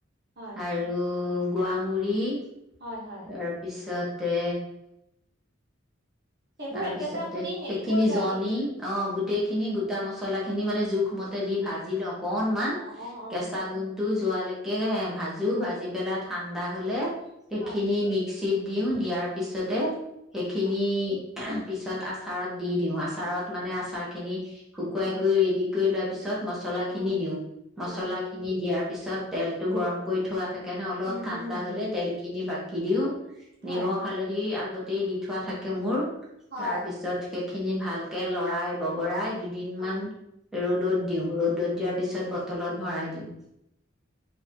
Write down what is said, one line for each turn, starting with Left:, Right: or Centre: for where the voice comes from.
Right: হয়
Centre: আৰু গোৱামূৰি তাৰপিছত
Right: হয় হয়
Centre: তে
Right: সেইবোৰ
Centre: তাৰ
Right: একেবাৰে
Centre: পিছতে
Right: আপুনি হেৰি
Centre: সেইখিনি
Right: কৰি লয়
Centre: জনি
Right: নেকি
Centre: অ' গোটেই খিনি গোটা মচলা খিনি খিনি মানে জোখমতে দি ভাজি লওঁ। কনমান
Right: অ অ অ
Centre: কেঁচা গুন্টো যোৱালৈকে ভাজো ভাজি পেলাই ঠাণ্ডা হ'লে সেইখিনি
Right: হয়
Centre: মিক্স মিক্সিত দিওঁ দিয়াৰ পিছতে সেইখিনি
Right: হয়
Centre: পিছত আচাৰত দি দিওঁ আচাৰত মানে আচাৰ খিনি শুকুৱাই
Right: হয়
Centre: কৰি যি কৰিল পিছত মছলা
Right: উম
Centre: খিনি দিও মছলা
Right: অ
Centre: খিনি দিয়াৰ পিছত তেলতটো গৰম কৰি থোৱা থাকে সেইকাৰণে অলপ
Right: উম
Centre: ঠাণ্ডা
Right: উম
Centre: হ'লে
Right: উম
Centre: তেল খিনি বাক কি দিও
Right: হয়
Centre: নিমখ হালধি আৰু আগতেই দি থোৱা থাকে মোৰ
Right: হয়
Centre: তাৰ পিছত স খিনি ভালকৈ লৰাই বগৰাই দুদিন
Right: অ
Centre: মান ৰ'দত দিওঁ ৰ'দ ৰ'দত দিয়াৰ
Right: অ
Centre: পিছত বটলত ভৰাই দিম।